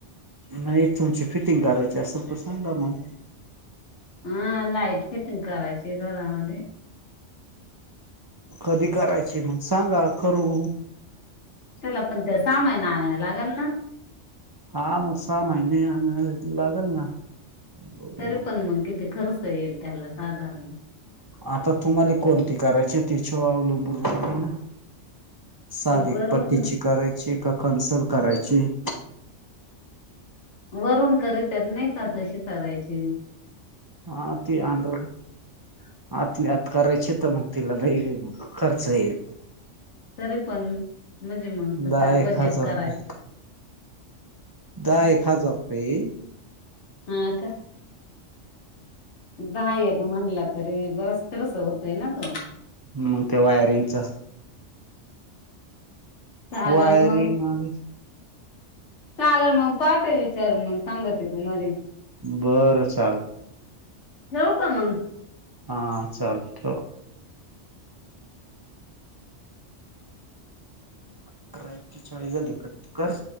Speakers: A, on the right; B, on the left.
A: नाही तुमची फिटिंग करायची असल तर सांगा मग.
B: हा लाईट फिटिंग करायची घरामध्ये
A: कधी करायची? मग सांगा करू.
B: त्याला पण त्या सामान आणायला लागेल ना...
A: हा मग सामान ने लागेल ना... बघू
B: तरी
A: ना.
B: पण मग किती खर्च येईल त्याला साधारण?
A: आता तुम्हाला कोणते करायचे त्याच्यावर अवलंबून राहते ना. साधी
B: ती वरून
A: पट्टीची करायची का कंसल करायची आहे.
B: वरून करत्यात नाही का तशी करायची आहे.
A: हा ती अंडररूट आतली आत करायचे तर मग तिला लई मग खर्च येईल.
B: तरी पण म्हणजे मग तसा
A: दहा एक
B: बजेट
A: हजार
B: कराय
A: रुपये. दहा एक हजार रुपये येईल.
B: हा का दहा एक म्हणला तरी बरच खर्च होतोय ना तो.
A: मग ते वायरिंगचं
B: चालेल
A: वायरिंग
B: मग
A: आणि
B: चालेल. मग पाहते. विचारून मग सांगते तुम्हाले.
A: बरं चाल
B: ठेऊ का मग?
A: हा चालत. ठेवा. अठरा एकेचाळीस झाले कट कर.